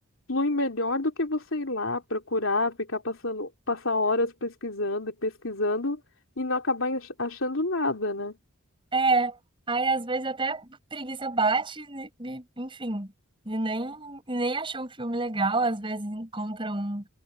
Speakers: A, on the left; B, on the right.
A: flui melhor do que você ir lá procurar, ficar passando, passar horas pesquisando e pesquisando e não acabar ach- achando nada, né?
B: É, aí às vezes até preguiça bate, e, e- enfim, e nem, e nem achou um filme legal, às vezes encontra um